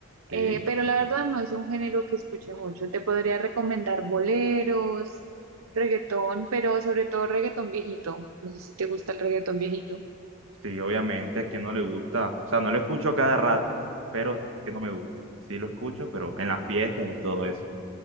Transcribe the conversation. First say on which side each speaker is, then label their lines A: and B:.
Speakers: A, on the right; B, on the right.
A: eh,
B: Sí,
A: pero la verdad no es un género que escuche mucho. Te podría recomendar boleros, reggaetón, pero sobre todo reggaetón viejito. No sé si te gusta el reggaetón viejito.
B: sí, obviamente, a quien no le gusta, o sea, no lo escucho a cada rato, pero que no me gusta. Sí lo escucho, pero en las fiestas y todo eso.